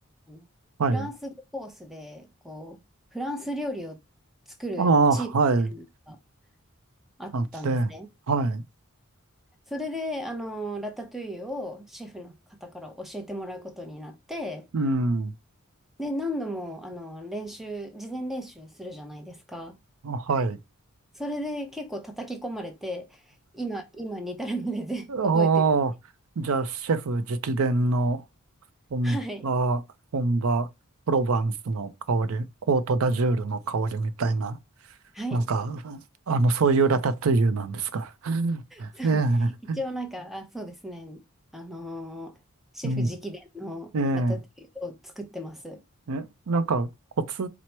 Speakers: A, in the centre; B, on the right.
A: あのフランス語コースで、
B: はい。
A: こう、フランス料理を作るチームが
B: ああ、はい。
A: あったんですね。
B: あって、はい。
A: それで、あの、ラタトゥイユをシェフの方から教えてもらうことになって、
B: うん、
A: で、何度も、あの、練習、事前練習するじゃないですか。
B: あはい。
A: それで結構叩き込まれて、今、今に至るまでで
B: ああ、
A: <laughs> 覚えてる。
B: じゃあ、シェフ直伝の本場、
A: はい。
B: 本場、プロヴァンスの香り、コートダジュールの香りみたいな、
A: はい。
B: なんか、あの、そういうラタトゥイユなんですか。うんえ
A: そう。一応なんか、
B: え、
A: あ、そうですね。あのーシェフ直伝のラタトゥイユを作ってます。
B: うん、ええ。え、なんかコツ、